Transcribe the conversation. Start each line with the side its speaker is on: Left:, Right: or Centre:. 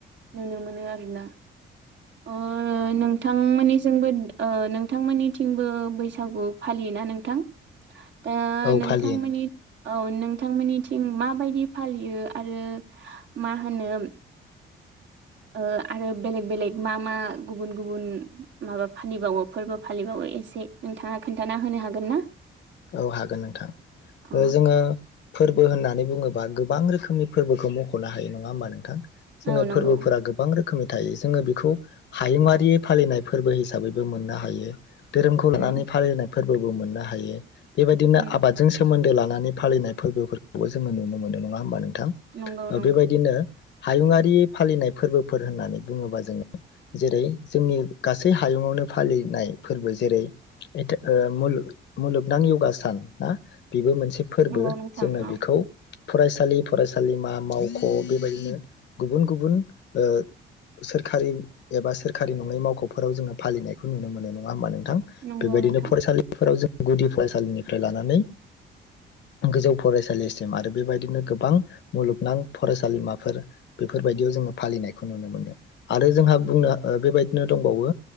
Right: नुनो मोनो आरोना ओ ओ नोंथां मोननि जोंबो ओ नोंथांमोननिथिंबो बैसागु फालियो ना नोंथां? दा
Left: औ
Right: नोंथां
Left: फालियो
Right: मोननि औ नों नोंथांमोननिथिं माबायदि फालियो आरो मा होनो ओ आरो बेलेग बेलेग मा मा गुबुन गुबुन माबा फालिबावो फोरबो फालिबावो एसे नोंथाङा खोन्थाना होनो हागोन ना
Left: औ हागोन नोंथां
Right: अ
Left: जोङो फोरबो होननानै बुङोबा गो बां रोखोमनि फोरबोखौ मख'नो हायो नङा होमबा नोंथां। जोङो
Right: औ नंगौ
Left: फोरबोफोरा गोबां रो खोमै थायो जोङो बेखौ हायुआारि फालिनाय फोरबो हिसाबैबो मोननो हायो। धोरोमखौ
Right: उम
Left: लानानै फालिनाय फोरबोबो मोननो हायो । बेबायदिनो
Right: उम
Left: आबादजों सोमोन्दो ला नानै फालिनाय फोरबोफोरखौ जोंङो मोनो नुनो होमबा नों थां
Right: नंगौ
Left: ओ
Right: नंगौ
Left: बेबायदिनो हायुंरारि फालिनाय फोरबोफोर होननानै बुंङोबा जोंङो जेरै जोंनि गासै हायुंआवनो फालिनाय फोरबो जेरै <unintelligible> मु मुलुग नोंथां यगा सान ना बेबो मोनसे फोरबो
Right: नंगौ नोंथां
Left: जोंङो
Right: औ
Left: बेखौ फरायसालि फरायसालिमा मावख' बेबायदिनो गुबुन गुबुन ओ सोरखारि एबा सोरखारि नंङै मावख'फोराव जोंङो फालिनायखौ नुनो मोनो नंङा होनोमबा नों थां
Right: नंगौ
Left: बेबायदिनो
Right: नोंथां
Left: फरायसालिफोराव जों गुदि फरायसालिनिफ्राय लानानै गोजौ फरायसालिसिम आरो बेबायदिनो गोबां मुलुगनां फरायसालिमाफोर बेफोरबायदियाव जोंङो फालिनायखौ नुनो मोनो आरो जोंहा बुंनो बेबायदिनो दंबावो